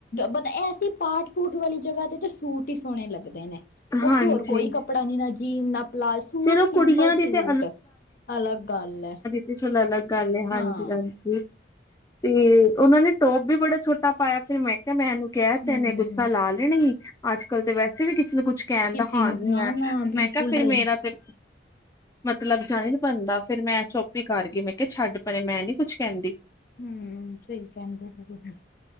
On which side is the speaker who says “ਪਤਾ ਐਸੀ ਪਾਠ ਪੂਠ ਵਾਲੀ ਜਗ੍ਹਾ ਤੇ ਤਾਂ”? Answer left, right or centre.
Left